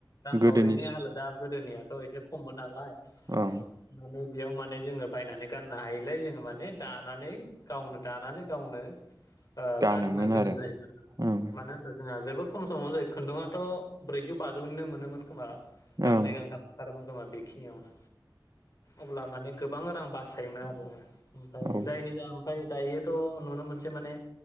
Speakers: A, on the left; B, on the right.
A: रांखावरिनि
B: गोदोनि सि
A: हालोदा गोदोनियाथ' एसे खममोन नालाय।
B: औ
A: माने बेयाव माने जोङो बायनानै गाननो हायलाय जोङो माने दानानै गावनो दानानै गावनो ओ
B: गानोमोन
A: गाननो गोनां
B: आरो
A: जायो
B: ओं
A: औ मानो होनबा जोंहा जेबो खम समावनो जायो खुन्दुङाथ' ब्रैजौ बाजौनिनो मोनोमोन खोमा गांनै
B: ओं
A: गांथाम ओंखारोमोन खोमा बे बेखिनियावनो अब्ला माने गोबां रां बासायोमोन आरो ओमफ्राय
B: औ
A: जायनि जा ओमफ्राय दायोथ' नुनो मोनसै माने